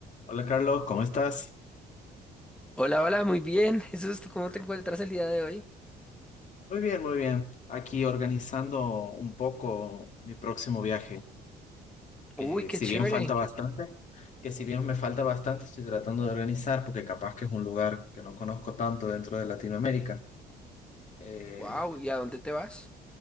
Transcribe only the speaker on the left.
Hola Carlos, ¿cómo estás?
Muy bien, muy bien. Aquí organizando un poco mi próximo viaje, que
si
bien falta bastante, que si bien me falta bastante, estoy tratando de organizar porque capaz que es un lugar que no conozco tanto dentro de Latinoamérica. Eh,